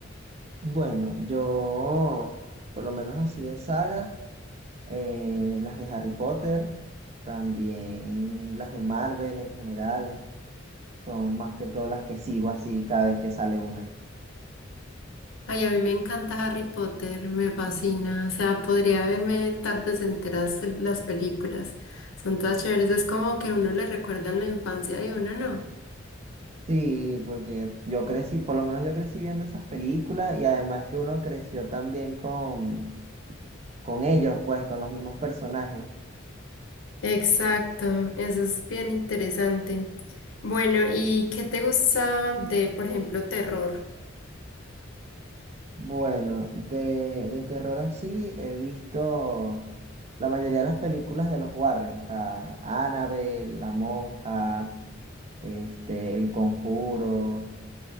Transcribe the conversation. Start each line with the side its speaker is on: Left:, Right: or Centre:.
Right: Bueno, yo, por lo menos así de sagas, eh, las de Harry Potter, también las de Marvel en general, son más que todo las que sigo así cada vez que sale una.
Left: Ay, a mí me encanta Harry Potter, me fascina, o sea, podría verme tardes enteras las películas, son todas chéveres, es como que a uno le recuerdan la infancia de uno, ¿no?
Right: Sí, porque yo crecí, por lo menos yo crecí viendo esas películas y además que uno creció también con, con ellos, pues, con los mismos personajes.
Left: Exacto, eso es bien interesante. Bueno, ¿y qué te gusta de, por ejemplo, terror?
Right: Bueno, de, de terror así he visto la mayoría de las películas de los Warren, o sea, Annabelle, La Monja, este, El Conjuro.